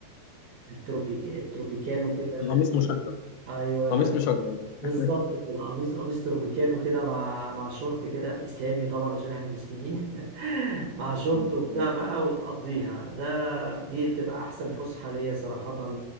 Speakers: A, on the right (about 60°); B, on the left (about 85°).
A: التروبيك التروبيكانو كده ال-
B: القميص مشجر
A: ايوه
B: قميص مشجر
A: بالظبط
B: ده.
A: كده قميص قميص تروبيكانو كده مع مع شورت كده اسلامي طبعا عشان احنا مسلمين <laughs> مع شورت
B: مم.
A: وبتاع
B: أيوة.
A: بقى وتقضيها ده دي بتبقى احسن فسحة ليا صراحة